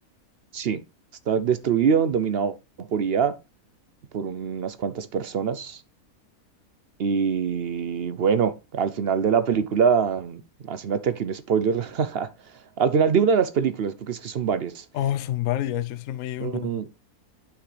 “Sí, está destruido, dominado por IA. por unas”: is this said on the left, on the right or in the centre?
Right